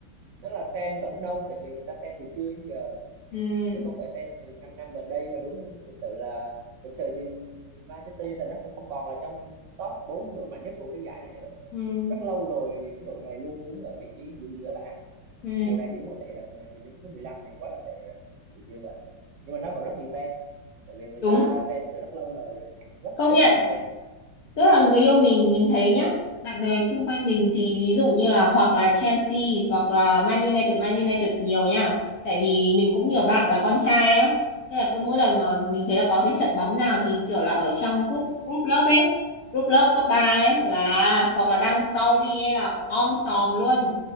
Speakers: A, on the right; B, on the left.
A: tức là fan vẫn đông tại vì người ta fan từ xưa đến giờ
B: Ừ.
A: chứ không phải fan từ 5 năm năm gần đây mà đúng thực sự là thực sự thì Manchester United nó không không còn là trong top 4 đội mạnh nhất của cái giải này nữa
B: Ừ.
A: rất lâu rồi cái đội này luôn đứng ở vị trí giữa giữa bảng
B: Ừ.
A: mùa này thì đúng là tệ thật mùa này thì đứng thứ 15 thì quá là tệ rồi thì chưa vậy nhưng mà nó vẫn rất nhiều fan tại vì người
B: Đúng.
A: ta fan từ rất lâu đời rồi ấy. rất
B: Công
A: rất
B: nhận
A: nhiều fan
B: tức là người yêu mình mình thấy nhá bạn bè xung quanh mình thì ví dụ như là hoặc là Chelsea hoặc là Man United Man United nhiều nha tại vì mình cũng nhiều bạn là
A: Ừ.
B: con trai á thế là cứ mỗi lần mà mình thấy là có cái trận bóng nào thì kiểu là ở trong group group lớp ấy group lớp cấp 3 ấy
A: Dạ.
B: là hoặc là đăng story ấy là om sòm luôn